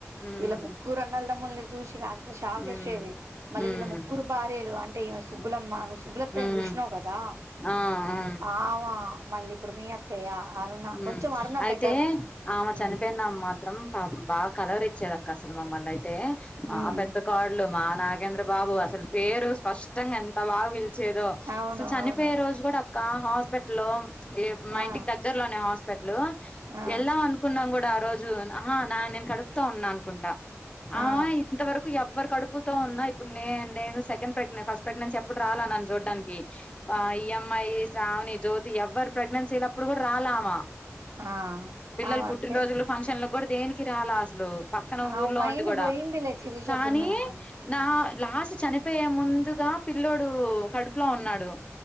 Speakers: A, on the left; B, on the right.
A: ఉమ్
B: వీళ్ళ ముగ్గురు అన్నదమ్ముల్ని చూసి నాకు షాకేసేది
A: ఉమ్
B: మళ్ళీ
A: ఉమ్
B: వీళ్ళ ముగ్గురు భార్యలు అంటే ఈమె సుబ్బులమ్మ అని సుబ్బులత్తయ్య
A: ఉమ్
B: ని చూసినావు కదా
A: ఆ ఆ
B: ఆవా మళ్ళీ ఇప్పుడు మీ అత్తయ్య అరుణ
A: ఉ
B: కొంచెం అరుణ
A: అయితే
B: బెటర్
A: ఆమె చనిపోయినమ
B: ఉమ్
A: మాత్రం కాదు బాగా కలవరిచ్చేది అక్క అసలు మమ్మల్ని అయితే
B: ఉమ్
A: ఆ పెద్ద కోడలు మా నాగేంద్రబాబు అసలు పేరు స్పష్ట ఇష్టంగా ఎంత బాగా పిలిచేదో
B: అవును
A: అసలు చనిపోయే
B: అవును
A: రోజు కూడా క హాస్పిటల్ లో ఏ మైంంటికి
B: ఆ
A: త న హాస్పిటల్ లో
B: ఆ
A: ఎల్దాం అనుకున్నాం కూడా రోజు నా ఆహా నా నేను కడుపుతో ఉన్నా అనుకుంటా
B: ఆ
A: ఆమ ఇంతవరకు ఎవ్వరు కడుపుతో ఉన్న ఇప్పుడు నే నేను సెకండ్ ప్రెగ్నంట్ ఫస్ట్ ప్రెగ్నెన్స్ అప్పుడు రాలా నన్ను చూడ్డానికి ఆ ఈఎమ్ఐ శ్రావణి జ్యోతి ఎవ్వరు ప్రెగ్నెన్సీ ల ఇప్పుడు కూడా రాలా ఆమా
B: ఆ
A: పిల్లలు
B: ఆమంతే
A: పుట్టినరోజులు ఫంక్షన్ లో కూడా దేనికి రాలా అసలు పక్కన
B: ఆ
A: ఊర్లో
B: మైండ్
A: ఉండి కూడా
B: పోయిందిలే శిరీష
A: కానీ
B: పుణ్యమా
A: నా లాస్ట్ చని పోయే ముందుగా పిల్లోడు కడుపులో ఉన్నాడు